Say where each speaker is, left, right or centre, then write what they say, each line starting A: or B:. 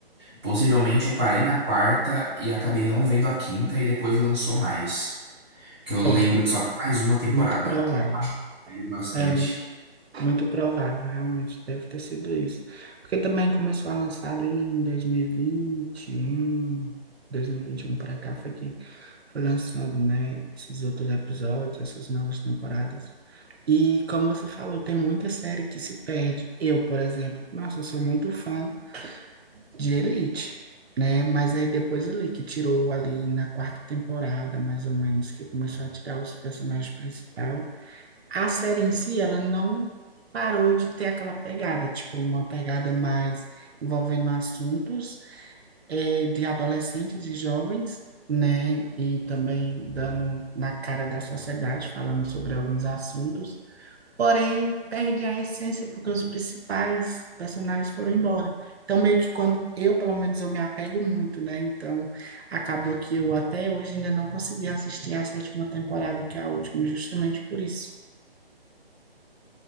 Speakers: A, on the right (about 25°); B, on the right (about 85°).
A: Possivelmente eu parei na quarta e acabei não vendo a quinta e depois lançou mais. Que eu
B: É,
A: lembro de só ter mais uma temporada.
B: muito provável.
A: Eu acho que eu vejo bastante.
B: É mu- muito provável, realmente deve ter sido isso. Porque também começou a lançar ali em dois dois mil mil e vinte e um, dois mil e vinte vinte um, e um para cá foi que foi lançando, né, esses outros episódios, essas novas temporadas. E como você falou, tem muita série que se perde. Eu, por exemplo, nossa, eu sou muito fã de Elite, né? Mas aí depois ali que tirou ali na quarta temporada, mais ou menos, que começou a tirar os personagens principal, a série em si ela não parou de ter aquela pegada, tipo uma pegada mais envolvendo assuntos eh, de adolescentes e jovens, né? E também dando na cara da sociedade, falando sobre alguns assuntos. Porém, perde a essência porque os principais personagens foram embora. Então, meio que quando eu, pelo menos, eu me apego muito, né? Então, acabou que eu até hoje ainda não consegui assistir a sétima temporada, que é a última, justamente por isso.